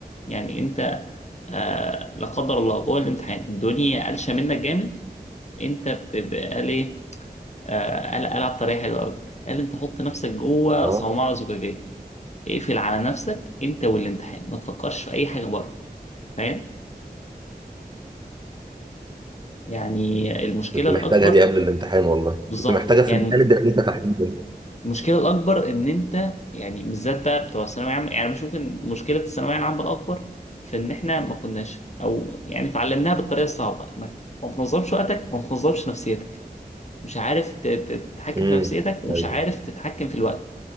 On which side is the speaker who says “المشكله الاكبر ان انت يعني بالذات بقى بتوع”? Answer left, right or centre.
Left